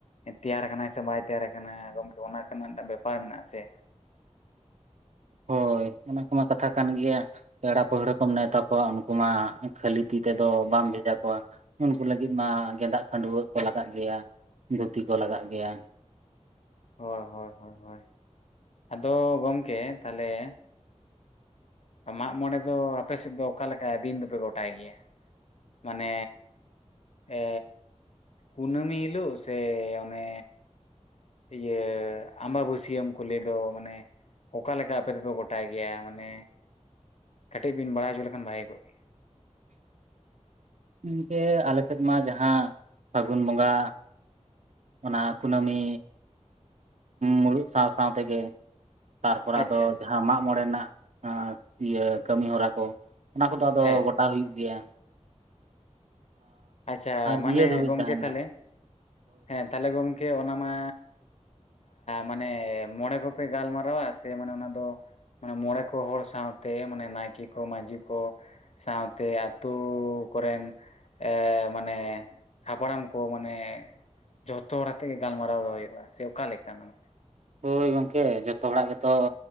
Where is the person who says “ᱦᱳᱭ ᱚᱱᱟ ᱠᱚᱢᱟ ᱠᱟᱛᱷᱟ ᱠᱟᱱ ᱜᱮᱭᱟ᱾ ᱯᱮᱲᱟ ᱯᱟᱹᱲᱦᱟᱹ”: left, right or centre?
Right